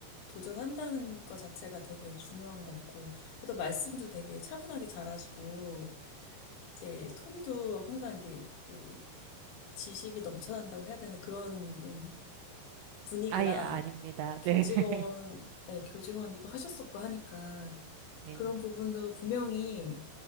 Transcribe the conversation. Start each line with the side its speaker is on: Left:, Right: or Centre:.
Left: 도전한다는 것 자체가 되게 중요한 것 같고, 또 말씀도 되게 차분하게 잘하시고, 이제 톤도 항상 이게 그 지식이 넘쳐난다고 해야 되는 그런 좀 분위기라,
Right: 아예 아닙니다.
Left: 교직원,
Right: 네. <laughs>
Left: 네, 교직원들도 하셨었고 하니까,
Right: 네.
Left: 그런 부분도 분명히,